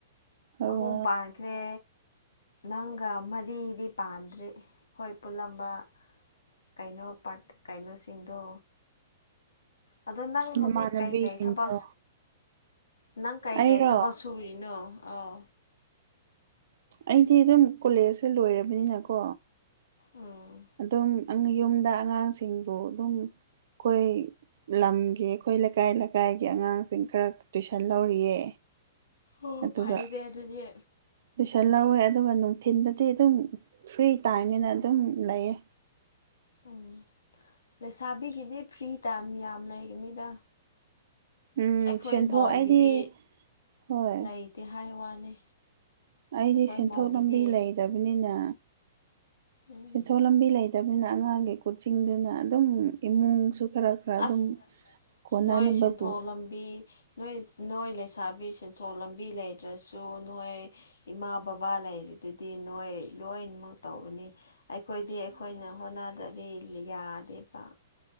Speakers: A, on the right; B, on the left.
A: ꯑꯣ
B: ꯑꯍꯨꯝ ꯄꯥꯟꯈ꯭ꯔꯦ ꯅꯪꯒ ꯃꯔꯤꯗꯤ ꯄꯥꯟꯗ꯭ꯔꯤ ꯍꯣꯏ ꯄꯨꯜꯂꯝꯕ ꯀꯩꯅꯣ ꯄꯥꯔꯠ ꯀꯩꯅꯣꯁꯤꯡꯗꯣ ꯑꯗꯣ ꯅꯪ ꯍꯧꯖꯤꯛ
A: ꯅꯃꯥꯟꯅꯕꯤꯁꯤꯡꯗꯣ
B: ꯀꯩꯀꯩ ꯊꯕꯛ ꯅꯪ ꯀꯩꯀꯩ
A: ꯑꯩꯔꯣ
B: ꯊꯕꯛ ꯊꯔꯤꯅꯣ ꯑꯥꯎ
A: ꯑꯩꯗꯤ ꯑꯗꯨꯝ ꯀꯣꯂꯦꯖꯁꯦ ꯂꯣꯏꯔꯕꯅꯤꯅꯀꯣ
B: ꯎꯝ
A: ꯑꯗꯨꯝ ꯌꯨꯝꯗ ꯑꯉꯥꯡꯁꯤꯡꯕꯨ ꯑꯗꯨꯝ ꯑꯩꯈꯣꯏ ꯂꯝ ꯑꯩꯈꯣꯏ ꯂꯩꯀꯥꯏ ꯂꯩꯀꯥꯏꯒꯤ ꯑꯉꯥꯡꯁꯤꯡ ꯈꯔ ꯇꯨꯏꯁꯟ ꯂꯧꯔꯤꯌꯦ
B: ꯑꯣ
A: ꯑꯗꯨꯒ
B: ꯐꯩꯔꯦ ꯑꯗꯨꯗꯤ
A: ꯇꯨꯏꯁꯟ ꯂꯧꯋꯦ ꯑꯗꯨꯒ ꯅꯨꯡꯊꯤꯟꯗꯗꯤ ꯑꯗꯨꯝ ꯐ꯭ꯔꯤ ꯇꯥꯏꯅꯦꯅ ꯑꯗꯨꯝ ꯂꯩꯌꯦ
B: ꯎꯝ ꯂꯩꯁꯥꯕꯤꯒꯤꯗꯤ ꯐ꯭ꯔꯤ ꯇꯥꯏꯝ ꯌꯥꯝ ꯂꯩꯒꯅꯤꯗ
A: ꯎꯝ
B: ꯑꯩꯈꯣꯏ
A: ꯁꯦꯟꯊꯣꯛ
B: ꯃꯧꯒꯤꯗꯤ
A: ꯑꯩꯗꯤ ꯍꯣꯏ
B: ꯂꯩꯇꯦ ꯍꯥꯏ ꯋꯥꯅꯤ
A: ꯑꯩꯗꯤ
B: ꯑꯩꯈꯣꯏ
A: ꯁꯦꯟꯊꯣꯛ
B: ꯃꯧꯒꯤꯗꯤ
A: ꯂꯝꯕꯤ ꯂꯩꯇꯕꯅꯤꯅ
B: ꯎꯝ
A: ꯁꯦꯟꯊꯣꯛ ꯂꯝꯕꯤ ꯂꯩ ꯂꯩꯇꯕꯅꯤꯅ ꯑꯉꯥꯡꯒꯤ ꯀꯣꯆꯤꯡꯗꯨꯅ ꯑꯗꯨꯝ ꯏꯃꯨꯡꯁꯨ ꯈꯔ ꯈꯔ ꯑꯗꯨꯝ
B: ꯑꯁ
A: ꯀꯣꯟꯅꯅꯕꯕꯨ
B: ꯅꯣꯏ ꯁꯦꯟꯊꯣꯛ ꯂꯝꯕꯤ ꯅꯣꯏ ꯅꯣꯏ ꯂꯩꯁꯥꯕꯤ ꯁꯦꯟꯊꯣꯛ ꯂꯝꯕꯤ ꯂꯩꯇ꯭ꯔꯁꯨ ꯅꯣꯏ ꯏꯃꯥ ꯕꯕꯥ ꯂꯩꯔꯤꯗꯨꯗꯤ ꯅꯣꯏ ꯂꯣꯏꯅꯃꯛ ꯇꯧꯕꯅꯤ ꯑꯩꯈꯣꯏꯗꯤ ꯑꯩꯈꯣꯏꯅ ꯍꯣꯠꯅꯗꯗꯤ ꯌꯥꯗꯦꯕ